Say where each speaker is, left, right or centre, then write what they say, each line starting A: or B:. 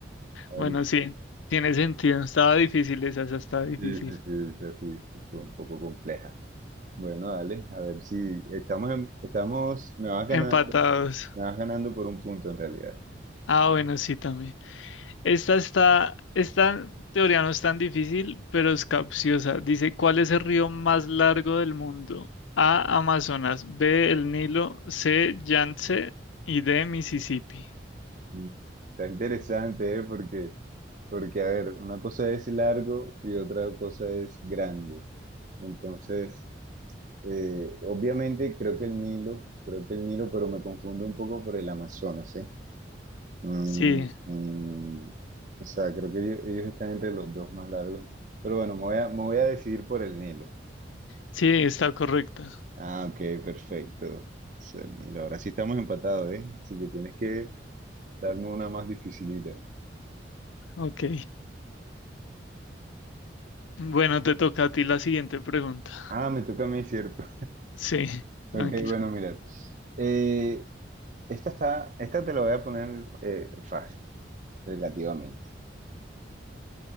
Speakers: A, on the right; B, on the left.
A: Aristóteles.
B: Bueno, sí, tiene sentido. Estaba difícil esa, esa estaba difícil.
A: Sí, sí, sí, sí, sí, estuvo un poco compleja. Bueno, dale, a ver si estamos en- estamos, me vas ganando,
B: Empatados.
A: me vas ganando por un punto en realidad.
B: Ah, bueno, sí, también. Esta está, esta teoría no es tan difícil, pero es capciosa. Dice, ¿cuál es el río más largo del mundo? A, Amazonas, B, el Nilo, C, Yangtze y D, Mississippi.
A: Mm, Está interesante, ¿eh? Porque, porque, a ver, una cosa es largo y otra cosa es grande. Entonces, eh, obviamente creo que el Nilo, creo que el Nilo, pero me confundo un poco por el Amazonas, ¿eh? Mm,
B: Sí,
A: mm, o sea, creo que ellos, ellos están entre los dos más largos. Pero bueno, me voy a, me voy a decidir por el Nilo.
B: sí, está correcta.
A: Ah, ok, perfecto. O sea, el Nilo. Ahora sí estamos empatados, ¿eh? Así que tienes que darme una más dificilita.
B: Ok. Bueno, te toca a ti la siguiente pregunta.
A: Ah, me toca a mí, ¿cierto?
B: Sí,
A: Ok,
B: tranquila.
A: bueno, mira. eh, esta está, esta te la voy a poner eh, fácil, relativamente.